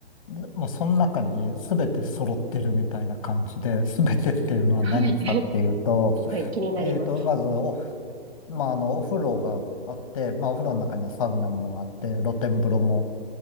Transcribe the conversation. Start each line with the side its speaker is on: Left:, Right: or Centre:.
Left: う、もうその中に全て揃ってるみたいな感じで、全てっていうのは何かっていうと、
Right: はい。<laughs> はい、気になります。
Left: えーと、まずお、まあ、あの、お風呂があって、まあ、お風呂の中にはサウナもあって、露天風呂も